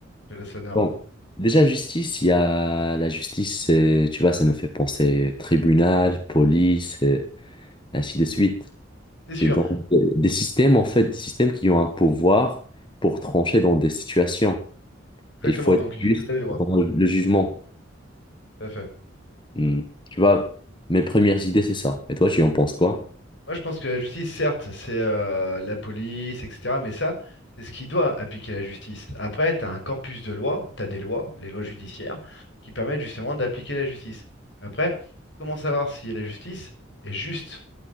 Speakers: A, on the left (about 65°); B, on the left (about 25°).
A: je laisse l'honneur.
B: Donc, déjà, justice, il y a la justice, c'est- tu vois, ça me fait penser tribunal, police, et ainsi de suite.
A: C'est sûr,
B: Et donc, euh, des systèmes, en fait, des systèmes qui ont un pouvoir pour trancher dans des situations.
A: exactement,
B: Et il faut
A: donc
B: être
A: il
B: juste
A: faut des lois,
B: dans le jugement.
A: tout à fait.
B: Hmm. Tu vois, mes premières idées, c'est ça. Et toi, tu en penses quoi?
A: Moi je pense que la justice, certes, c'est euh, la police, etc., mais ça, c'est ce qui doit appliquer la justice. Après, tu as un corpus de lois, tu as des lois, les lois judiciaires, qui permettent justement d'appliquer la justice. Après, comment savoir si la justice est juste?